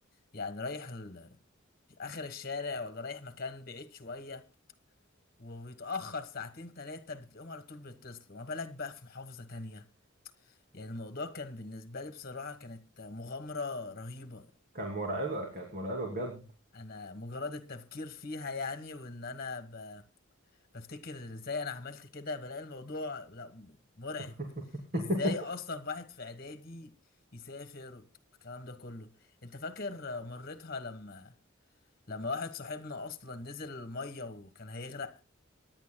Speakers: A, on the left; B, on the right.
A: يعني رايح ال... اخر الشارع ولا رايح مكان بعيد شويه ويتاخر ساعتين ثلاثه بتلاقيهم على طول بيتصلوا ما بالك بقى في محافظه تانية يعني الموضوع كان بالنسبة لي بصراحة كانت مغامرة رهيبة
B: كان مرعبة كانت مرعبة بجد
A: انا مجرد التفكير فيها يعني وان انا ب... بفتكر ازاي انا عملت كده بلاقي الموضوع لا مرعب
B: <laughs>
A: ازاي اصلا واحد في اعدادي يسافر الكلام ده كله انت فاكر مرتها لما لما واحد صاحبنا اصلا نزل المية وكان هيغرق